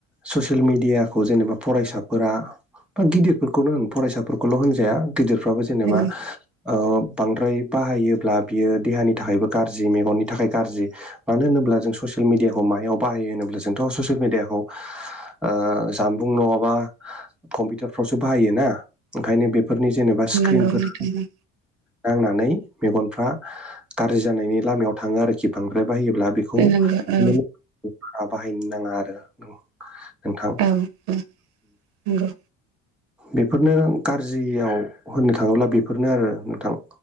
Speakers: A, in the centre; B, on the right (about 80°).
A: ससियेल मेडियाखौ जेनेबा फरायसाफोरा बा गिदिरफोरखौनो होन फरायसाफोरखौल' होनजाया गिदिरफ्राबो जेनेबा
B: नंगौ
A: ओ बांद्राय बाहायोब्ला बियो देहानि थाखायबो गाज्रि मेगननि थाखाय गाज्रि मानो होनोब्ला जों ससियेल मिडियाखौ मायाव बाहायो होनोब्ला जोंथ' ससियेल मिडियाखौ ओ जानबुं नङाबा कम्पिउटार फोरावसो बाहायोना ओंखायनो बे फोरनि जेनेबा स्क्रिनफोर
B: नंगौ नोंथां
A: नांनानै मेगनफ्रा गाज्रि जानायनि लामायाव थाङो आरोखि बांद्राय बाहायोब्ला बे बेखौ
B: नंगौ औ
A: बारा बाहायनो नाङा आरो ओ नोंथां
B: ओ औ नंगौ
A: बेफोरनो गाज्रियाव होननो थाङोब्ला बेफोरनो आरो नोंथां